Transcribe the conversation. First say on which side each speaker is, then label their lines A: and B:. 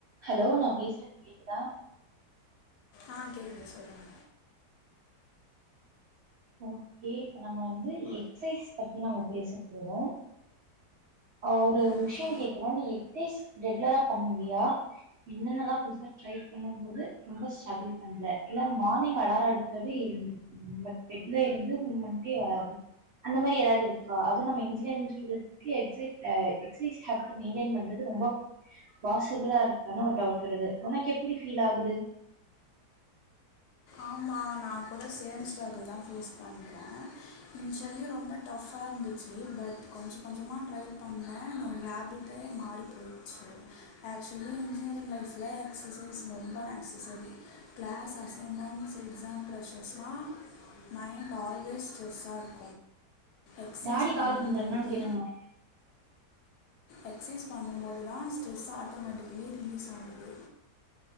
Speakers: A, on the right; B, on the left.
A: ஹலோ நான் பேசுறது கேட்குதா
B: ஆஹ் கேக்குது சொல்லுங்க
A: ஓகே இப்ப நம்ம வந்து எக்ஸ்சசைஸ் பத்தி நம்ம பேசிகிட்டு இருக்கோம் ஒரு
B: ஓகே
A: விஷயம் கேக்கிறோம் நீ எக்சைஸ் ரெகுலரா பண்ணுவியா என்னென்ன எல்லாம் புதுசா ட்ரை பண்ணும் போது ரொம்ப ஸ்ட்ரகிள் பண்ற இல்ல மார்னிங் அலாரம் அடிக்கிறது எழுந்துருப்பியா பெட்ல இருந்து மூவ்மெண்ட்டே வராது அந்த மாரி ஏதாவது இருக்கா அதுவும் நம்ம இன்ஜினியரிங் ஸ்டுடென்ட் எக்சைட்ய எக்சசைஸ் ஹாபிட்ட மெயின்டைன் பண்றது ரொம்ப பாசிபிளா இருக்கான்னு ஒரு டவுட் வருது உனக்கு எப்பிடி பீல் ஆகுது
B: ஆமாம் நான் கூட சேம் ஸ்ட்ரகுள் தான் ஃபேஸ் பண்றேன். இன்ஷியல்லி ரொம்ப டஃபாக இருந்துச்சு பட் கொஞ்சம் கொஞ்சமாக ட்ரை பண்ணேன் நவ் ஹேபிட்டே மாறி போச்சு ஆக்சுவலி இன்ஜினியரிங் லைஃப்ல எக்ஸசைஸ் ரொம்ப necessary class as M ends exam பிரஷர்ஸ்னா மைண்ட் ஆல்வேஸ் ஸ்ட்ரெஸ்சா இருக்கும் எக்ஸசைஸ்
A: டாடி
B: பண்ணும்போது
A: கால் பண்றாங்க என்னன்னு கேளுங்கம்மா
B: எக்சைஸ் பண்ணும்போது தா ஸ்ட்ரெஸ் ஆட்டோமேட்டிக்கலி ரிலீஸ் ஆகுது